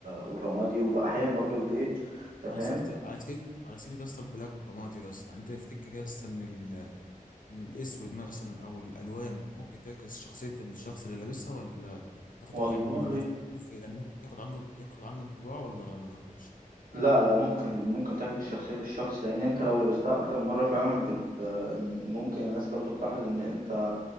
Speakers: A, on the right; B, on the left.
A: والرمادي واحيانا برضو البيج انت
B: على
A: فاهم
B: سيرة على سيرة على سيرة يا اسطى البلاك والرمادي يا اسطى يعني أنت تفتكر يا اسطى إن ال ان الاسود مثلا او الالوان ممكن تعكس شخصيه الشخص اللي لابسها ولا تاخد
A: والله
B: يعني اللي تشوف يعني بياخد ياخد عنه ياخد عنه انطباع ولا ما ياخدش
A: لا لا ممكن ممكن تعكس شخصية الشخص لان انت لو لبستها اكتر مرة فعلا بت آه، ممكن الناس برضو تلاحظ ان انت